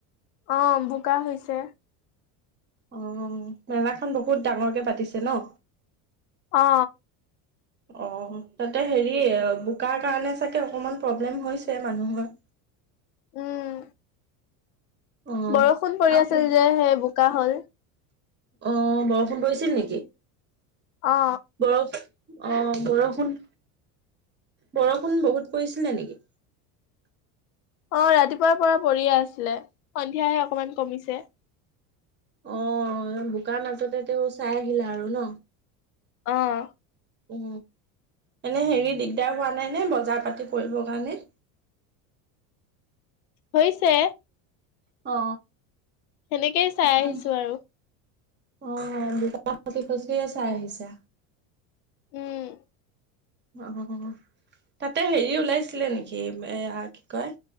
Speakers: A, on the left (about 90°); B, on the right (about 25°).
A: অ বু কা হৈছে।
B: অ মেলাখন বহুত ডাঙৰকে পাতিছে ন?
A: অ
B: অ তাতে হেৰি বোকা কাৰণে চাগে অকমান প্ৰব্লেম হৈছে মানুহৰ।
A: উম।
B: অ',
A: বৰষুণ পৰি
B: আকৌ
A: আছিল যে সেই বোকা হল।
B: অ বৰষুণ পৰিছিল নেকি?
A: অ
B: বৰষ- অ বৰষুণ বৰষুণ বহুত পৰিছিলে নেকি?
A: অ ৰাতিপুৱাৰ পৰা পৰিয়ে আছিলে সন্ধিয়াহে অকমান কমিছে।
B: অ বোকা মাজতে তেওঁ চাই আহিলা আৰু ন।
A: আহ।
B: উ এনে হেৰি দিগদাৰ হোৱা নাই নে বজাৰ পাতি কৰিবৰ কাৰণে?
A: হৈছে।
B: অ
A: সেনেকেই চাই
B: জান
A: আহিছো আৰু।
B: অ দুটা খচি খচিয়ে চাই আহিছা।
A: উম।
B: অ তাতে হেৰি ওলাইছিলে নেকি এ কি কয়